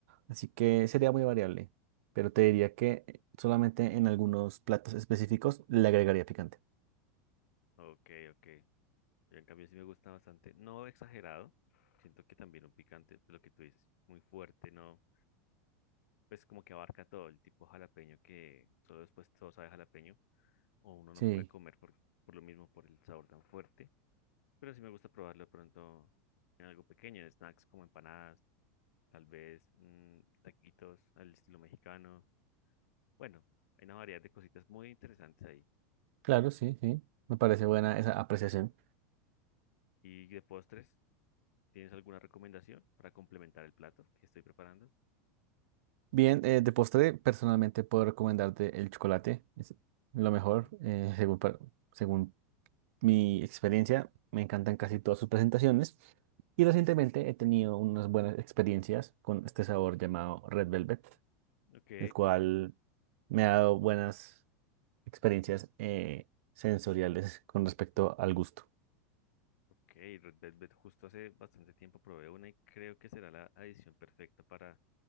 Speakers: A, on the right; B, on the left.
A: Así que sería muy variable. Pero te diría que eh, solamente en algunos platos específicos le agregaría picante.
B: Ok, ok. Yo en cambio sí me gusta bastante. No exagerado. Siento que también un picante, pues, lo que tú dices, muy fuerte, ¿no? Pues como que abarca todo el tipo jalapeño que solo después todo sabe jalapeño o uno no
A: Sí,
B: puede comer por, por lo mismo, por el sabor tan fuerte. Pero sí me gusta probarlo pronto en algo pequeño, snacks como empanadas, tal vez mm, taquitos al estilo mexicano. Bueno, hay una variedad de cositas muy interesantes ahí.
A: claro, sí, sí. Me parece buena esa apreciación.
B: Y de postres, ¿tienes alguna recomendación para complementar el plato que estoy preparando?
A: Bien, eh, de postre, personalmente puedo recomendarte el chocolate. Es lo mejor,
B: Mm,
A: eh, según, pa- según mi experiencia, me encantan casi todas sus presentaciones y recientemente he tenido unas buenas experiencias con este sabor llamado Red Velvet,
B: ok,
A: el cual me ha dado buenas experiencias eh, sensoriales con respecto al gusto.
B: ok, Red Velvet, justo hace bastante tiempo probé una y creo que será la adición perfecta para,